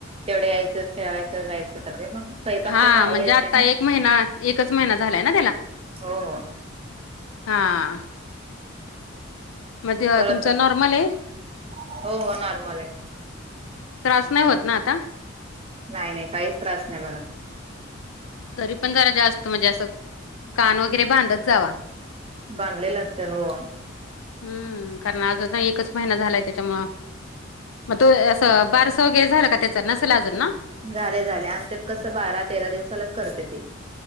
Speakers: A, on the right; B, on the left.
A: तेवढ्या यायचं खेळावाच. जायचं कधी मग स्वयंपाकच
B: हा
A: काय आई
B: म्हणजे
A: असते
B: आता
A: ना.
B: एक महिना एकच महिना झालाय ना
A: हो हो
B: हां मध्ये तेव्हा
A: परत
B: तुमचं नॉर्मल आहे.
A: हो हो नॉर्मल आहे
B: त्रास नाही होत ना आता.
A: नाही नाही काहीच त्रास नाही बघा.
B: तरी पण जरा जास्त म्हणजे असं कान वगैरे बांधत जावा.
A: बांधलेलं असतय हो.
B: हम्म कारण आज एकच महिना झालाय त्याच्यामुळं, मग तो असं बारस वैगरे झाल का त्याचा नसल अजून ना.
A: झालय झालय आमच्यात कसं बारा तेरा दिवसालाच करत्या ती